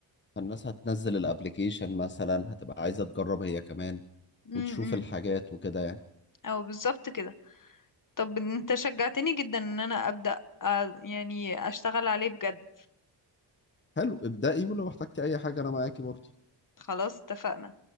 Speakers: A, on the left (about 25°); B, on the left (about 40°).
A: فالناس هتنزل الابليكيشن مثلا هتبقى عايزة تجرب هي كمان
B: امم
A: وتشوف الحاجات وكده يعني
B: او بالظبط كده طب انت شجعتني جدا ان انا ابدأ آه، يعني اشتغل عليه بجد
A: حلو ابدأي ولو احتجتي اي حاجة انا معاكي برضو
B: خلاص اتفقنا